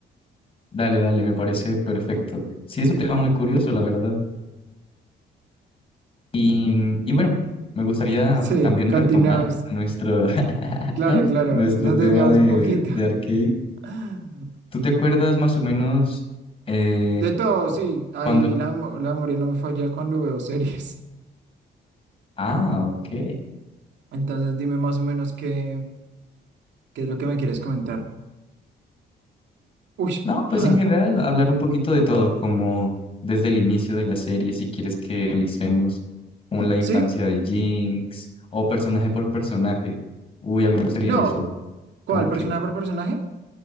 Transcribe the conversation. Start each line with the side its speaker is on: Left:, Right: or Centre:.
Left: Dale, dale, me parece perfecto. Sí, es un tema muy curioso, la verdad. Y, y bueno, me gustaría
Right: Sí,
Left: también
Right: continuemos.
Left: retomar nuestro, <laughs>
Right: Claro, claro,
Left: nuestro
Right: nos
Left: tema
Right: desviamos
Left: de,
Right: un poquito.
Left: de arcade.
Right: <laughs>
Left: ¿Tú te acuerdas más o menos eh,
Right: De todo, sí, ahí
Left: cuando...
Right: la, mo- la memoria no me falla cuando veo <laughs> series.
Left: Ah, ok.
Right: Entonces dime más o menos qué, qué es lo que me quieres comentar. Uy.
Left: No, pues
Right: <laughs>
Left: en general hablar un poquito de todo, como desde el inicio de la serie, si quieres que analicemos como la infancia
Right: Sí,
Left: de Jinx o personaje por personaje. Uy, a mí me gustaría
Right: no,
Left: eso.
Right: ¿cuál?
Left: Como
Right: ¿Personaje
Left: que
Right: por personaje?